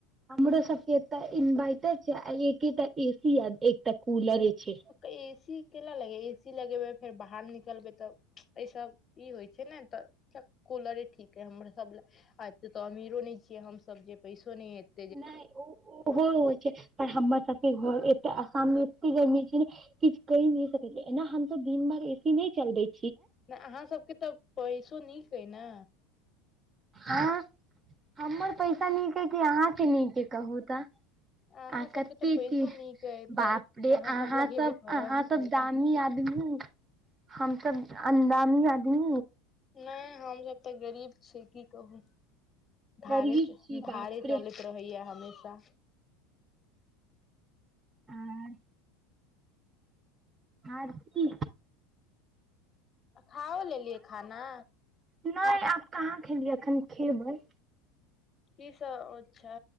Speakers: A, on the right; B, on the left.
A: हमरो सबके एटा इन्वर्टर छै आ एकेटा ए सी आ एकटा कूलरे छै
B: ए सी केला लगेबै ए सी लगेबै फेर बाहर निकलबै तऽ एइ सब ई होइ छै ने तऽ कूलरे ठीक है हमर सब ल से तऽ अमीरो नय छियै हमसब जे पैसो नै एत
A: नय ओ ओहो होइ छै पर हमर सब घर ऐत आसाममे ऐते गमी छै न किछ कहिने सकै छी एना हम सब दिन भेर एसी नय चलबे छी
B: नय अहाँ सभके तऽ पैसो नीक अइ न
A: अह हमर पैसा नीक अइ कि अहाँके नीक अइ कहू तऽ
B: अहाँ
A: आ
B: सबके
A: कते
B: तऽ पैसो
A: ची
B: नीक अइ तऽ
A: बाप रे अहाँ
B: लगेबे
A: सब
B: करब
A: अहाँ सब दा नी आदमी हमसब अन्दामी आदमी
B: नय हमसभ तऽ गरीब छी की कहू धारे
A: गरीब छी
B: धारे
A: बाप
B: चलैत
A: रे
B: रहैया हमेशा
A: आर आर की
B: खाओ लेलियै खाना
A: नय आब कहाँ खेलियै अखन खेबै
B: की सब अच्छा